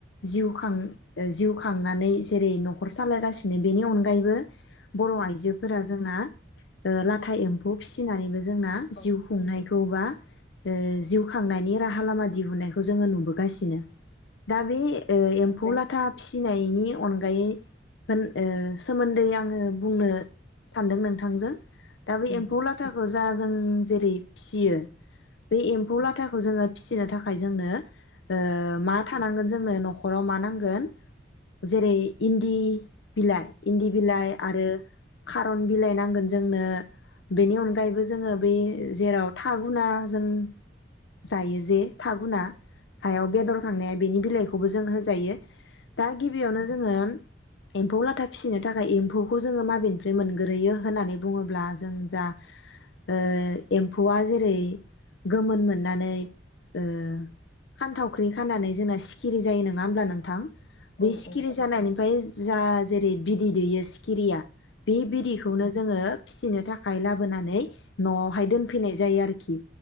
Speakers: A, on the left (about 80°); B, on the left (about 50°).
A: जिउ खां जिउ खांनानै जेरै न'खर सालायगासिनो बेनि अनगायैबो बर' आइजोफोरा जोंना लाथा एम्फौ फिसिनानैबो जोंना
B: औ ओमफ्राय औ
A: जिउ खुंनाय खौबा ओ जिउ खांनायनि राहा लामा दिहुननायखौ जोङो नुबोगासिनो नों दा बे एम्फौ लाथा फिनायनि अनगायै होन सोमोन्दै आङो बुंनो सानदों नोंथांजों दा बे
B: औ
A: एम्फौ लाथाखौ जा जों जेरै फियो, बे एम खोथाखौ जोङो फिसिनो थाखाय जोंनो, ओ मा थानांगोन जों, नो न'खराव मा नांगोन, जेरै इन इ बिलाइ, इन्दि बिलाइ आरो खारन बिलाइ नांगोन जोंनो, बेनि अनगायैबो जोङो, बे जेराव थागुना जों, जायो जे थागुना हायाव बेदर, थांनाया बेनि बिलाइखौबो जों होजायो। दा गिबियावनो जोङो। एम्फौ लाथा फिसिनो थाखाय एम्फौखौ जोङो माबेनिफ्राय मोनग्रोयो होननानै बुङोब्ला, जों जा ओ एम्फौआ जेरै गोमोन, मोननानै ओ खानथावख्रि खाननानै जोंना सिखिरि जायो नङा होमब्ला नोंथां? बे
B: औ
A: सिखिरि जानायनिफ्राय, जा जेरै बिदै दैयो सिखिरिया, बे बिदैखौनो जोङो, फिसिनो थाखाय लाबोनानै, न'आवहाय दोनफैनाय जायो आरो खि